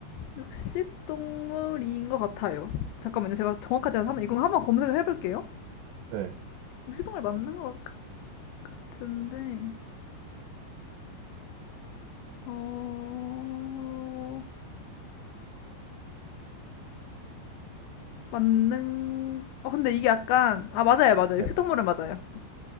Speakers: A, on the left (about 80°); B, on the right (about 75°).
A: 육식동물인 것 같아요. 잠깐만요, 제가 정확하지 않아서
B: 어,
A: 한번, 이거 한번 검색을 해볼게요.
B: 네.
A: 육식동물 맞는 것 같- 같은데 어 만능 어 근데 이게 약간 아 맞아요 맞아요
B: 네.
A: 육식동물은 맞아요